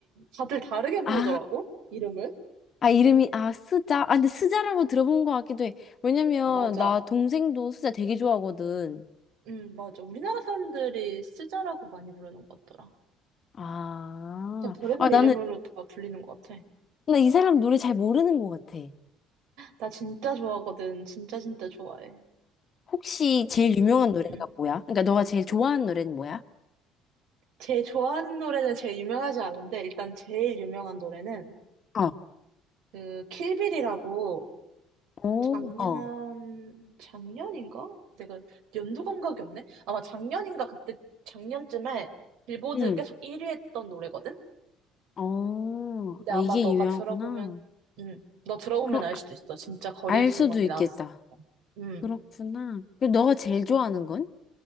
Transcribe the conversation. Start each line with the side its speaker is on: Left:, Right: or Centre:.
Right: 다들 다르게 부르더라고.
Left: 아,
Right: 이름을.
Left: 아, 이름이, 아, 스자? 아, 근데 스자라고 들어본 것 같기도 해. 왜냐면,
Right: 맞아.
Left: 나 동생도 스자 되게 좋아하거든.
Right: 음, 맞아. 우리나라 사람들이 쓰자라고 많이 부르는 것 같더라.
Left: 아,
Right: 그냥 별의별
Left: 아, 나는,
Right: 이름으로 다 불리는 것 같아.
Left: 나 이 사람 노래 잘 모르는 것 같아.
Right: 나 진짜 좋아하거든. 진짜 진짜 좋아해.
Left: 혹시 제일 유명한 노래가
Right: 음.
Left: 뭐야? 그러니까 너가 제일 좋아하는 노래는 뭐야?
Right: 제일 좋아하는 노래는 제일 유명하지 않은데, 일단 제일 유명한 노래는,
Left: 어,
Right: 그, 킬빌이라고,
Left: 오,
Right: 작년,
Left: 어.
Right: 작년인가? 내가 연도 감각이 없네? 아마 작년인가? 그때, 작년쯤에 빌보드
Left: 응.
Right: 계속 1위 했던 노래거든?
Left: 어,
Right: 근데
Left: 아,
Right: 아마
Left: 이게
Right: 너가
Left: 유명하구나.
Right: 들어보면, 음, 너 들어보면
Left: 그럼
Right: 알
Left: 아-
Right: 수도 있어. 진짜 거리에서도
Left: 알 수도
Right: 많이
Left: 있겠다.
Right: 나왔어. 음,
Left: 그렇구나. 그럼 너가 제일 좋아하는 건?